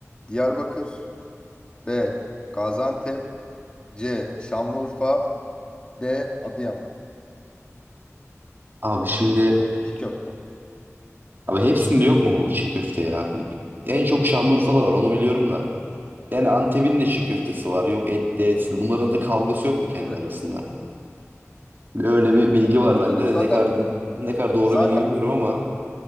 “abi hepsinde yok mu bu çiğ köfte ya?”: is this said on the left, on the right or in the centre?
Right